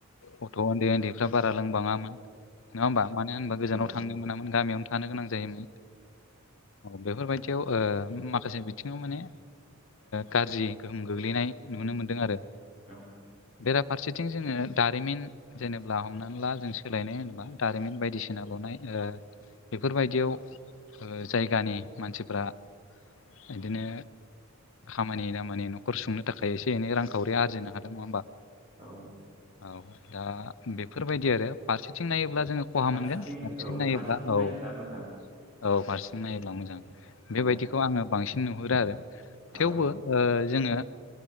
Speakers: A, on the left; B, on the right.
A: गथ' उन्दै उन्दैफ्रा बारा लोंबाङामोन नङा होमबा मानो होनबा गोजानाव
B: औ
A: थांनो मोनामोन गामियावनो थानो गोनां जायोमोन औ बेफोरबायदियाव माखासे बिथिङाव माने गाज्रि गोहोम गोग्लैनाय नुनो मोनदों आरो
B: औ
A: बेराफारसे थिं जोङो दारिमिन जेनेब्ला हमनानै ला जों सोलायनाय होनोबा दारिमिन बायदिसिना लुनाय बेफोरबायदियाव जायगानि मानसिफोरा बिदिनो खामानि दामानि न'खर सुंनो थाखाय एसे एनै रांखावरि आरजिनो हादों नङा होमबा
B: औ
A: औ दा बेफोरबायदि आरो फारसेथिं नायोब्ला जोङो खहा
B: फारसेथिं
A: मोनगोन फार्सेथिं
B: औ
A: नायोब्ला
B: फारसेथिं नायोब्ला
A: औ
B: मोजां
A: औ हारसिं नायोब्ला मोजां
B: औ
A: बेबायदिखौ आङो बांसिन नुहुरो आरो
B: औ
A: थेवबो जोङो